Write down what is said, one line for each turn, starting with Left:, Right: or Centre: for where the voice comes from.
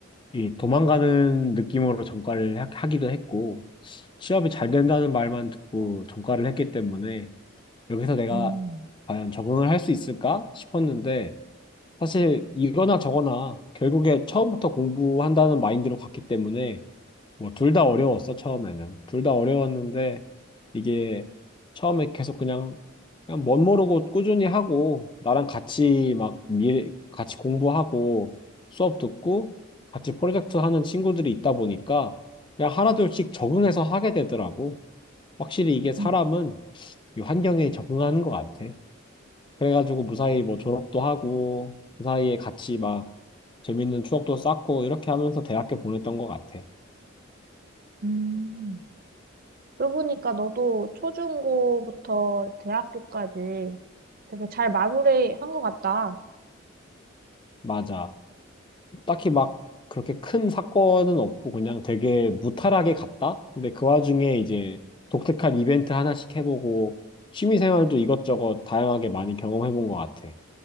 Left: 이 도망가는 느낌으로 전과를 하- 하기도 했고, 취업이 잘 된다는 말만 듣고 전과를 했기 때문에 여기서 내가
Right: 음.
Left: 과연 적응을 할 수 있을까 싶었는데 사실 이거나 저거나 결국에 처음부터 공부한다는 마인드로 갔기 때문에 뭐 둘 다 어려웠어 처음에는 둘 다 어려웠는데 이게 처음에 계속 그냥 그냥 멋 모르고 꾸준히 하고 나랑 같이 막 미래 같이 공부하고 수업 듣고 같이 프로젝트 하는 친구들이 있다 보니까 그냥 하나둘씩 적응해서 하게 되더라고 확실히 이게 사람은
Right: 음.
Left: 이 환경에 적응하는 것 같아. 그래가지고 무사히 뭐 졸업도 하고 그 사이에 같이 막 재밌는 추억도 쌓고 이렇게 하면서 대학교 보냈던 것 같아.
Right: 음. 그러고 보니까 너도 초중고부터 대학교까지 되게 잘 마무리한 것 같다.
Left: 맞아. 딱히 막 그렇게 큰 사건은 없고 그냥 되게 무탈하게 갔다? 근데 그 와중에 이제 독특한 이벤트 하나씩 해보고 취미생활도 이것저것 다양하게 많이 경험해본 것 같아.